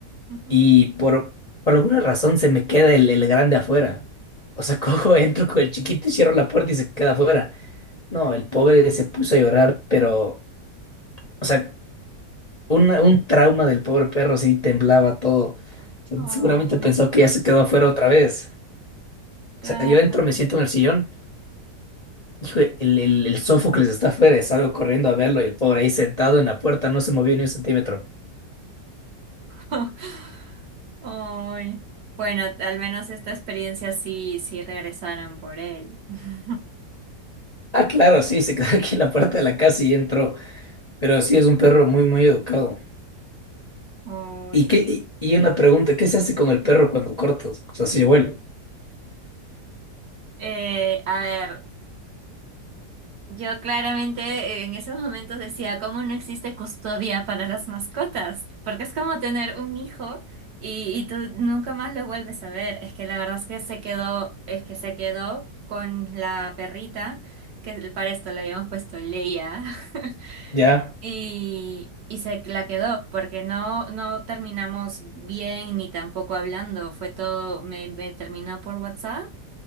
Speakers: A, on the right (about 60°); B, on the left (about 50°).
A: Ujú.
B: Y por, por alguna razón se me queda el, el grande afuera. O sea, <laughs> cojo, entro con el chiquito y cierro la puerta y se queda afuera. No, el pobre se puso a llorar, pero, o sea, una- un trauma del pobre perro, sí, temblaba todo.
A: Ay,
B: Seguramente pensó que ya se quedó afuera otra vez.
A: claro.
B: O sea, yo entro, me siento en el sillón. Hijo, el, el, el Sófocles está afuera, y salgo corriendo a verlo y el pobre ahí sentado en la puerta no se movió ni un centímetro.
A: <laughs> Ay. Bueno, al menos esta experiencia sí, sí regresaron por él. <laughs>
B: Ah, claro, sí, se quedó <laughs> aquí en la puerta de la casa y entró. Pero sí, es un perro muy, muy educado.
A: Ay.
B: ¿Y qué? Y, y una pregunta, ¿qué se hace con el perro cuando cortas? O sea, si se llevó el...
A: Eh, a ver. Yo claramente en esos momentos decía, ¿cómo no existe custodia para las mascotas? Porque es como tener un hijo y, y tú nunca más lo vuelves a ver. Es que la verdad es que se quedó, es que se quedó con la perrita, que para esto le habíamos puesto Leia,
B: Ya,
A: <laughs> y, y se la quedó, porque no, no terminamos bien ni tampoco hablando. Fue todo, me, me terminó por WhatsApp